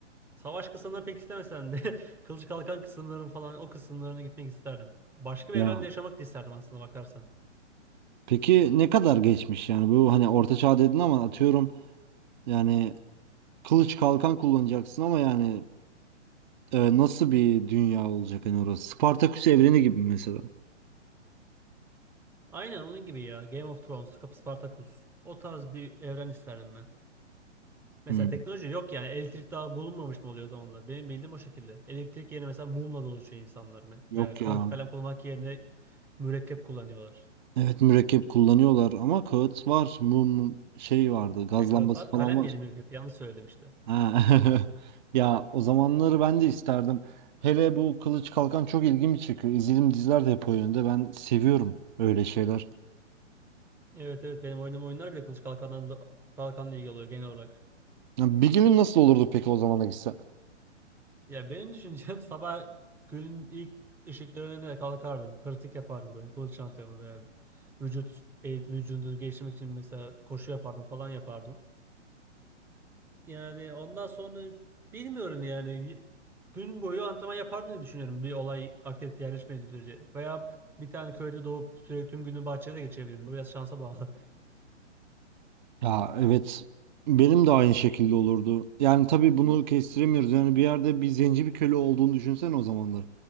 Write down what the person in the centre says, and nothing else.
savaş kısımlarını pek istemesen de <laughs> kılıç kalkan kısımların falan o kısımlarına gitmek isterdim. Başka
bir evrende yaşamak da isterdim aslında bakarsan.
Aynen onun gibi ya. Game of Thrones, Spartacus. O tarz bir evren isterdim ben. Mesela
teknoloji yok yani. Elektrik daha bulunmamış mı oluyor o zamanlar? Benim bildiğim o şekilde. Elektrik yerine mesela mumla dolaşıyor insanlar. Me-
Veya kağıt
kalem kullanmak yerine mürekkep kullanıyorlar.
Yani kağıt
var.
Kalem
yerine mürekkep. Yanlış söyledim işte.
Evet evet benim oynadığım oyunlar bile kılıç kalkandan da, kalkanla ilgili oluyor genel olarak.
Ya benim düşüncem <laughs> sabah günün ilk ışıklarına kalkardın. Pratik yapardın böyle kılıç antrenmanı veya vücut eğit- vücudunu geliştirmek için mesela koşu yapardın falan yapardın. Yani ondan sonra bilmiyorum yani gün boyu antrenman yapardım diye düşünüyorum bir olay aktivite yerleşmediği sürece. Veya bir tane köyde doğup sürekli tüm günü bahçede geçirebilirdim. Bu biraz şansa bağlı.